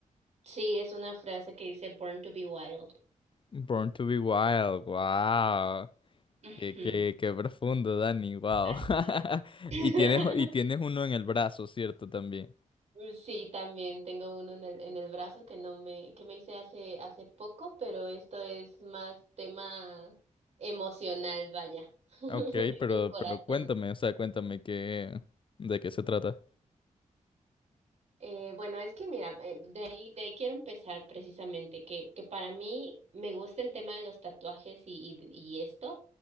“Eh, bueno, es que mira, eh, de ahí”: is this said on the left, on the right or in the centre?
Right